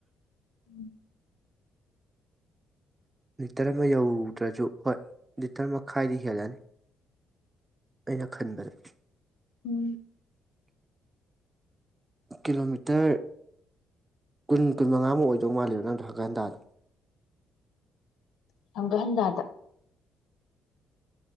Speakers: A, on the left; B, on the right.
A: <inaudible>
B: ꯂꯤꯇꯔ ꯑꯃ ꯌꯧꯗ꯭ꯔꯁꯨ ꯍꯣꯏ ꯂꯤꯇꯔ ꯃꯈꯥꯏꯗꯤ ꯍꯦꯜꯂꯅꯤ ꯑꯩꯅ ꯈꯟꯕꯗ
A: ꯎꯝ
B: ꯀꯤꯂꯣꯃꯤꯇꯔ ꯀꯨꯟ ꯀꯨꯟ ꯃꯉꯥꯃꯨꯛ ꯑꯣꯏꯗꯧ ꯃꯥꯜꯂ‌ꯦꯕ ꯅꯪꯗꯣ ꯍꯪꯒꯠ ꯍꯟꯗꯥꯗ
A: ꯍꯪꯒꯠ ꯍꯟꯗꯥꯗ